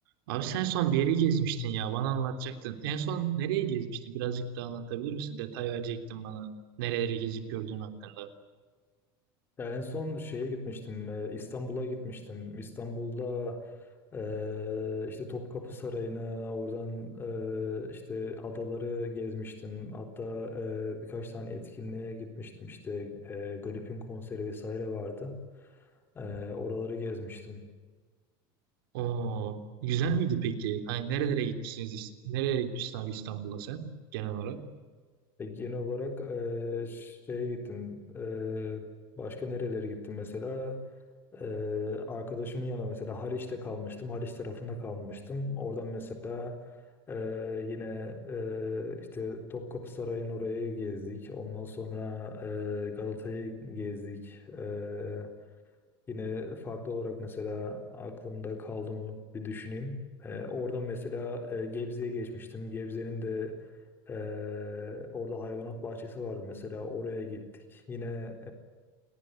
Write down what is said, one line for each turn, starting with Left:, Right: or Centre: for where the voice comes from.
Right: Abi sen son bir yeri gezmiştin ya. Bana anlatacaktın. En son nereye gezmiştin? Birazcık daha anlatabilir misin? Detay verecektin bana. Nereleri gezip gördüğün hakkında.
Left: Ya en son şeye gitmiştim, e, İstanbul'a gitmiştim. İstanbul'da e, işte Topkapı Sarayı'nı, oradan e, işte adaları gezmiştim. Hatta e, birkaç tane etkinliğe gitmiştim. İşte e, Grip'in konseri vesaire vardı. E, oraları gezmiştim.
Right: Oo, güzel miydi peki? Hani nerelere gitmişsiniz? Nereye gitmişsin abi İstanbul'da sen genel olarak?
Left: E, genel olarak e, şeye gittim. E, başka nerelere gittim mesela? E, arkadaşımın yanına mesela Haliç'te kalmıştım. Haliç tarafında kalmıştım. Oradan mesela e, yine e, işte Topkapı Sarayı'nın orayı gezdik. Ondan sonra e, Galata'yı gezdik. E, Yine farklı olarak mesela aklımda kaldı mı bir düşüneyim. Ee, oradan mesela e, Gebze'ye geçmiştim. Gebze'nin de e, orada hayvanat bahçesi vardı mesela oraya gittik. Yine